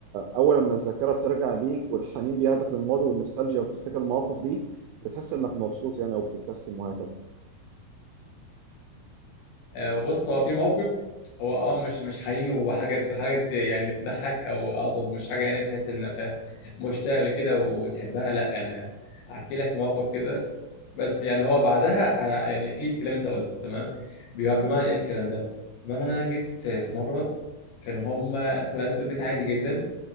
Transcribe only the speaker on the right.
اول لما الذاكره بترجع بيك والحنين بياخدك للماضي والنوستالجيا وبتفتكر المواقف دي بتحس انك مبسوط يعني او بتبتسم وهكذا
م-